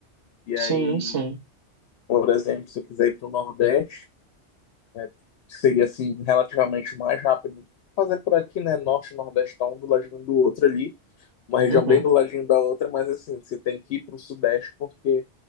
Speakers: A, on the left; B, on the right.
A: E
B: Sim,
A: aí,
B: sim.
A: por exemplo, se eu quiser ir para o Nordeste, né, que seria, assim, relativamente mais rápido, fazer por aqui, né, Norte e Nordeste tá um do ladinho do outro ali, uma região
B: Uhum.
A: bem do ladinho da outra, mas, assim, você tem que ir para o Sudeste porque,